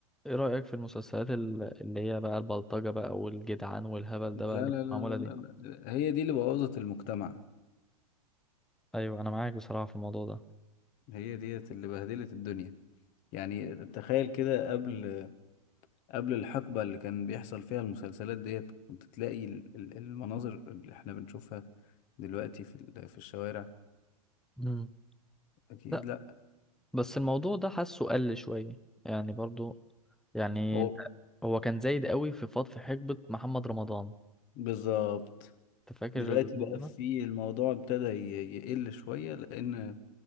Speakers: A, in the centre; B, on the left (about 40°).
A: ايه رأيك في المسلسلات ال- اللي هي بقى البلطجة بقى والجدعان والهبل
B: لا
A: ده بقى اللي
B: لا
A: كانت
B: لا
A: معمولة دي
B: لا لا لا. هي دي اللي بوظت المجتمع
A: ايوه انا معاك بصراحة في الموضوع ده
B: هي ديت اللي بهدلت الدنيا يعني تخيل كده قبل قبل الحقبة اللي كان بيحصل فيها المسلسلات ديت كنت تلاقي ال- ال- المناظر اللي احنا بنشوفها دلوقتي في ال- في الشوارع
A: مم.
B: أكيد
A: لا
B: لا
A: بس الموضوع ده حاسه قل شوية يعني برضو يعني
B: هو
A: انت هو كان زايد قوي في فض في حقبة محمد رمضان
B: بالظبط
A: انت فاكر
B: دلوقتي
A: الموضوع
B: بقى في
A: ده؟
B: الموضوع ابتدى ي- يقل شوية لأن